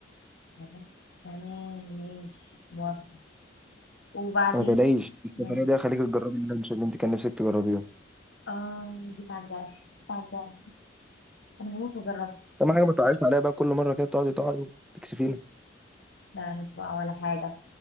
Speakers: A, on the left; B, in the centre.
A: خلاص. تمام ماشي موافقة وبعدين
B: وما تلاقيش السفرية
A: ماشي
B: دي هخليك تجربي اللانش اللي أنت كان نفسك تجربيها
A: اه جيت على الجرح جيت على الجرح انا هموت واجربه
B: بس اهم حاجه ما تقعيش عليها بقى كل مره كده بتقعدي تقعي وتكسفينا
A: لا مش بقى ولا حاجة